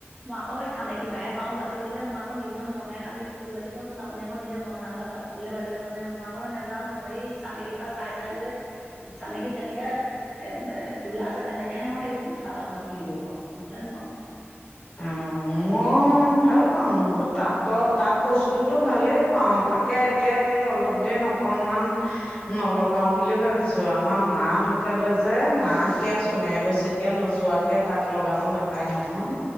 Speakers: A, in the centre; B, on the left (about 20°).
A: মই আকৌ স্থানে শিপাহে পা বাচিবলৈ মই ম মই আকৌচানেকিপা হে পাও বাচিবলে। মই আকৌ নিজে মনে সাজি ফুল বাচিব নাজানো আপুনি আকৌ নিজৰ মনে সজা ফুলে বাচিব জানে মই আকৌ নেজানো সেই চানেকীৰ পৰা চাই চাই লৈ চানেকীত যেনেকে এ এ তোলা আছে তেনেকেহে মই সেই চাদৰ এখনত তুলিব পাৰো নহ'লে নোৱাৰো।
B: অঁ মই ই ভাল পাওঁ তাত তাঁত বস্তুতো ভালেই পাওঁ তাকে এতিয়া সেই অলপ দিন অকণমান নলগাও বুলি ভাবিছো আমাৰ মা ঢুকালে যে মা এতিয়া চুমহীয়া বছকীয়া নোযোৱা কে তাঁত লগাব নাপায় নহয়।